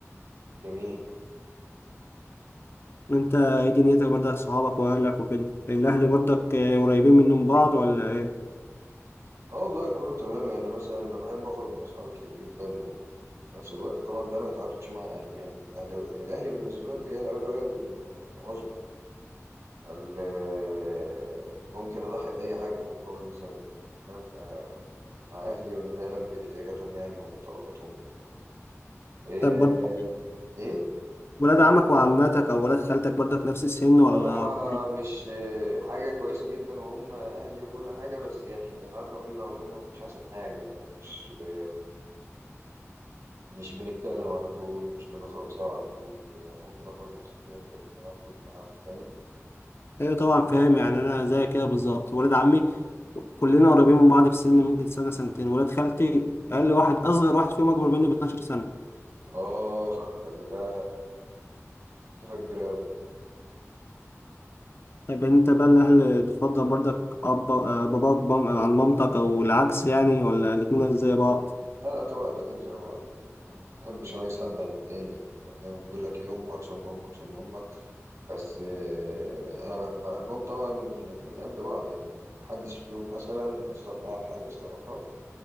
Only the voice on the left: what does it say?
أنت إيه دنيتك برضك صحابك وأهلك وكده الأهل برضك آه، قريبين منهم بعض ولا إيه؟
طب برضك
ولاد عمك وعماتك أو ولاد خالتك برضك نفس السن ولا
ايوه طبعا فاهم يعني انا زي كده بالظبط ولاد عمي كلنا قريبين من بعض في السن ممكن سنه سنتين ولاد خالتي اقل واحد اصغر واحد فيهم اكبر مني ب 12 سنه
طيب يعني انت بقى الاهل بتفضل برضك اب آه، باباك بام- عن مامتك او العكس يعني ولا الاتنين زي بعض